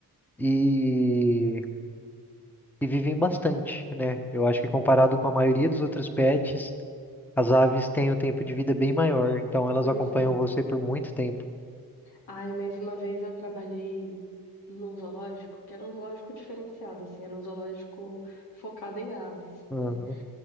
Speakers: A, in the centre; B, on the left.
A: e, e vivem bastante, né? Eu acho que comparado com a maioria dos outros pets, as aves têm um tempo de vida bem maior, então elas
B: Pois
A: acompanham
B: é.
A: você por muito tempo.
B: Ai, mas uma vez eu trabalhei num zoológico, que era um zoológico diferenciado, assim, era um zoológico focado em aves,
A: Uhum.
B: né?